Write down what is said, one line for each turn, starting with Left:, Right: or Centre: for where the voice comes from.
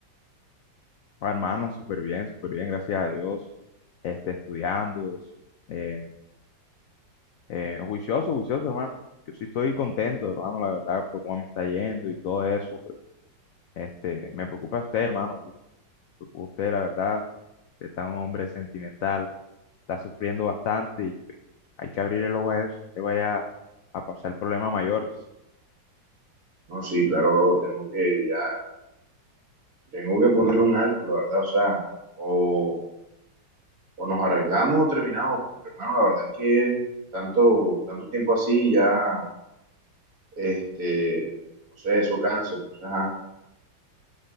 Left: Oh, hermano, súper bien, súper bien, gracias a Dios. Este, estudiando, eh, eh, juicioso, juicioso, hermano. Yo sí estoy contento, hermano, la verdad, por cómo me está yendo y todo eso, pero este, me preocupa usted, hermano. Yo, me preocupa usted, la verdad. Usted está un hombre sentimental, está sufriendo bastante y pues, hay que abrir el ojo a eso, le vaya a pasar problemas mayores.
Right: No, sí, claro, bro, tengo que ya, tengo que ponerle un alto, la verdad, o sea, o, o nos arreglamos o terminamos, porque, hermano, la verdad es que tanto, tanto tiempo así ya, este, no sé, eso cansa, entonces, ajá,